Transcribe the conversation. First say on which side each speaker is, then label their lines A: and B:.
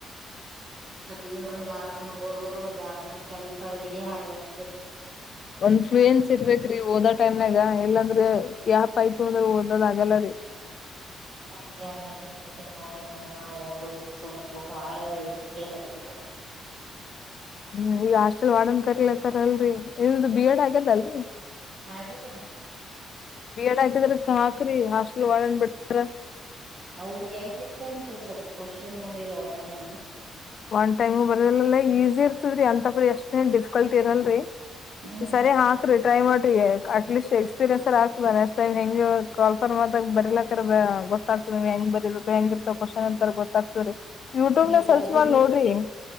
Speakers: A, on the right; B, on the left.
A: ಇ ಬಂದ ಹೂದದು ಆಡ್ದನ ಕೆಲ್ಸ ಇದೇ ಆಗ್ಲಕ್ಕ
B: ಒಂದ್ ಫ್ಲೂಯೆನ್ಸ್ ಇರ್ಬೇಕ್ರಿ ಓದಾ ಟೈಮ್ನಾಗ ಎಲ್ಲಾಂದ್ರೆ ಯಪ್ ಆಯ್ತು ಅಂದ್ರೆ ಓದೋದ ಆಗಲ್ಲ ರೀ
A: ಹಂಗಗೆ ಆಗ್ಲ ಕತ್ ಬಿಟ್ಟದ್ ನೋಡ್ರಿ ನಮ್ಗ ಓದದು ಸ್ವಲ್ಪ ಇ ಬಾಳೆ ಇದಾಗಲ್ಲ ಕಟ್ಟಿಕಟ್ಟ
B: ಹ್ಮ್ ಈಗ ಹಾಸ್ಟೆಲ್ ವಾಡನ್ ಕರಿಲತಾರಲ್ರರಿ ಇ ಬಿ ಎಡ್ ಆಗ್ಯದಲ್ರರಿ
A: ಹಾಗೇದರಿ
B: ಬಿ ಎಡ್ ಹಾಕಿದ್ರ ಹಾಕ್ರಿ ಹಾಸ್ಟೆಲ್ ಒಳನ್ ಬಿಡ್ತಾರ
A: ಅವು ಹೆಂಗ ಇರ್ತನ್ರಿ ಸ್ವಲ್ಪ್ ಕ್ವಷನ ಅಡಿ ಲೋತನಣ
B: ಒನ್ ಟೈಮ್ ಬರದಲ್ಲ ಈಸಿ ಇರ್ತದ್ರರಿ ಅಂತಪ್ರಿ ಎಷ್ಟೇನ್ ಡಿಫಿಕಲ್ಟ್ ಇರಲ್ರರಿ
A: ಹ್ಮ್
B: ಸರಿ ಹಾಕ್ರ ಟ್ರೈ ಮಾಡಿ ಅಟ್ಲೀಸ್ಟ್ ಎಕ್ಸ್ಪೀರಿಯನ್ಸ್ರ್ ಆಗ್ತದ ನೆಕ್ಸ್ ಟೈಮ್ ಹೆಂಗ ಕಾ ಫರ್ತ ಬರ್ಲಕರ್ ಗೊತ್ತಾಗ್ತದೆ ನೀವ ಹೆಂಗ ಬೀಬೇಕು ಹೆಂಗ ಇರ್ತ ಕ್ವಶನ್ ಇತಾರ ಗೊತ್ತ ಆತರಿ ಯುಟ್ಯೂಬ್
A: ನೀವ್
B: ನ ಸರ್ಚ್
A: ಬರ್ದಿರಿ
B: ಸುಮಾರ ನೋಡ್ರಿ